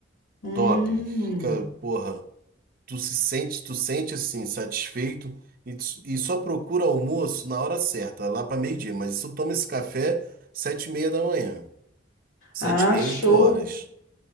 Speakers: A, on the left; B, on the right.
A: Hum.
B: Top. Fica, porra, tu se sente, tu sente assim, satisfeito e, tu- e só procura almoço na hora certa, lá para meio-dia. Mas isso toma esse café sete e meia da manhã, sete
A: Ah,
B: e meia,
A: show.
B: oito horas.